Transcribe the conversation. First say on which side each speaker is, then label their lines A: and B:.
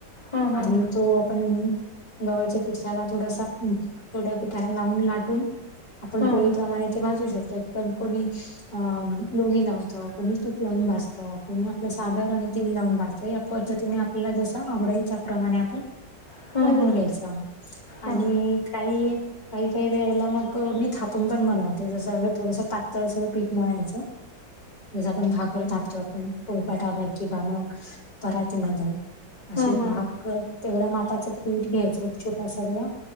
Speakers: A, on the left (about 15°); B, on the left (about 65°).
A: हं हं
B: आणि तो आपण गवळच्या पिठाला थोडासा ोट्या पिठाला लावून लाटून आपण
A: हं
B: पोळीप्रमाणे ते भाजू शकतोदण कोणी अ लोणी लावत कोणी तूप लावून भासतं कोणी आपलं साधवर आणि तेल लावून भासतं पद्धतीने आपल्याला जस आवडेल त्याप्रमाणे आपण
A: हं
B: मधून
A: हं हं हं
B: घ्यायच आणि
A: हां
B: काही काही काही वेळेला मग मी थापून पण बनवते जस व पुरस त त्या सोबत पीट मळायचं ज आपण भाकरर <unintelligible> टाकतो आपण पोयपाटावर किंवा मग पराती मध्ये असे
A: हं हं
B: भाग तेवढ्या मापाचं पीठ घ्यायचं छोटासा गोळा